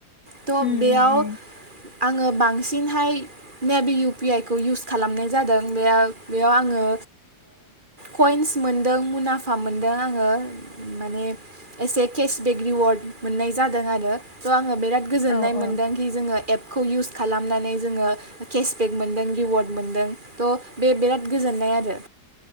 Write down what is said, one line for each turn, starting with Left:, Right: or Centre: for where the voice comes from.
Right: थ
Left: उम
Right: बेयाव
Left: उम उम
Right: आङो बांसिनहाय नेभि इउपि आइ खौ इउस खालामनाय जादों बे बेयाव आङो कइन्स मोनदों मुनाफा मोनदों आङो माने एसे केसबेक रिवार्ड मोननाय जादों आरो थ' आङो बिराद गोजोन्नाय
Left: औ
Right: मोनदोंखि
Left: औ
Right: जोङो एप खौ इउस खालामनानै जोङो केसबेक मोनदों रिवार्ड मोनदों थ' बे बिराद गोजोननाय आरो।